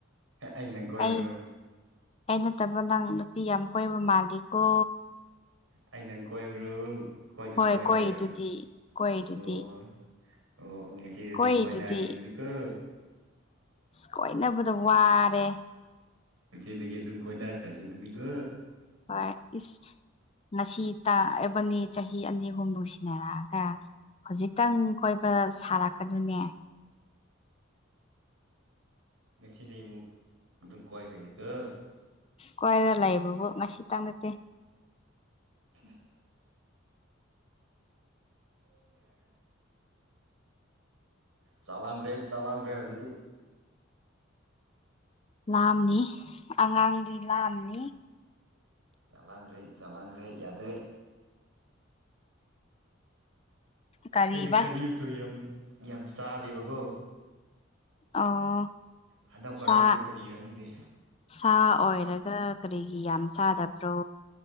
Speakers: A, on the right (about 90°); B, on the left (about 30°).
A: ꯑꯩ ꯅꯪ ꯀꯣꯏꯕ꯭ꯔꯣ
B: ꯑꯩ ꯑꯩ ꯅꯠꯇꯕ ꯅꯪ ꯅꯨꯄꯤ ꯌꯥꯝ ꯀꯣꯏꯕ ꯃꯥꯜꯂꯤꯀꯣ
A: ꯑꯩ ꯅꯪ ꯀꯣꯏꯕ꯭ꯔꯣ ꯀꯣꯏꯁꯨ
B: ꯍꯣꯏ
A: ꯀꯣꯏꯗ꯭ꯔꯒ
B: ꯀꯣꯏꯗꯨꯗꯤ ꯀꯣꯏꯗꯨꯗꯤ
A: ꯑꯣ ꯑꯣ <unintelligible>
B: ꯀꯣꯏꯗꯨꯗꯤ
A: ꯀꯣꯏꯅꯔꯁꯦ ꯑꯗꯨꯗꯤꯀꯣ
B: ꯀꯣꯏꯅꯕꯗ ꯋꯥꯔꯦ
A: ꯉꯁꯤꯗꯒꯤ ꯑꯗꯨꯝ ꯀꯣꯏꯅꯔꯛꯈ꯭ꯔꯁꯦ ꯑꯗꯨꯗꯤꯒꯣ
B: ꯍꯣꯏ ꯏꯁ ꯉꯁꯤ ꯇꯥꯛꯑꯕꯅꯤ ꯆꯍꯤ ꯑꯅꯤ ꯑꯍꯨꯝ ꯅꯨꯡꯁꯤꯅꯔꯛꯑꯒ ꯍꯧꯖꯤꯛꯇꯪ ꯀꯣꯏꯕ ꯁꯥꯔꯛꯀꯅꯨꯅꯦ
A: ꯉꯁꯤꯗꯩ ꯑꯃꯨꯛ ꯑꯗꯨꯝ ꯀꯣꯏꯈ꯭ꯔꯁꯤꯀꯣ
B: ꯀꯣꯏꯔ ꯂꯩꯏꯕꯕꯨ ꯉꯁꯤ ꯇꯪ ꯅꯠꯇꯦ
A: <inaudible> ꯆꯥꯛ ꯂꯥꯝꯒꯔ꯭ꯦ ꯆꯥꯛ ꯂꯥꯝꯒꯔ꯭ꯦ ꯍꯧꯖꯤꯛꯇꯤ
B: ꯂꯥꯝꯅꯤ ꯑꯉꯥꯡꯗꯤ ꯂꯥꯝꯅꯤ
A: ꯆꯠꯂꯟꯒꯔ꯭ꯦ ꯆꯠꯂꯟꯒꯔ꯭ꯦ ꯌꯥꯗ꯭ꯔꯦ
B: ꯀꯔꯤꯕ
A: ꯑꯩ ꯉꯁꯥꯏ ꯌꯨꯛꯇꯨ ꯌꯥꯝ ꯌꯥꯝ ꯆꯥꯗꯦꯕꯒꯣ
B: ꯑꯣ
A: ꯍꯟꯗꯛ ꯃꯔꯛꯁꯦ
B: ꯁꯥ
A: ꯀꯔꯤꯔ ꯈꯪꯗꯦ
B: ꯁꯥ ꯑꯣꯏꯔꯒ ꯀꯔꯤꯒꯤ ꯌꯥꯝ ꯆꯥꯗꯕ꯭ꯔꯣ